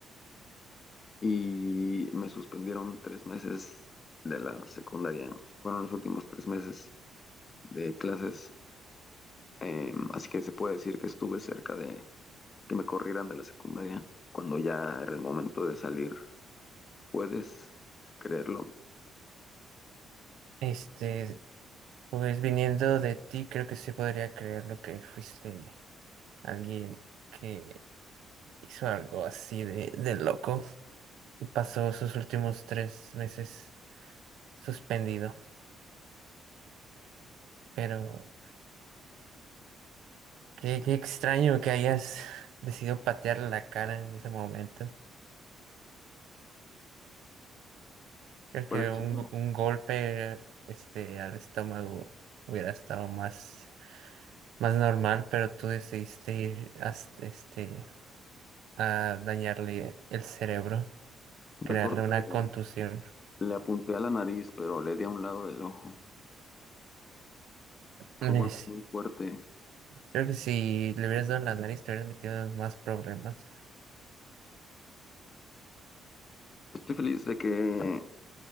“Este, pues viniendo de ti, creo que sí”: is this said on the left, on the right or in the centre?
Right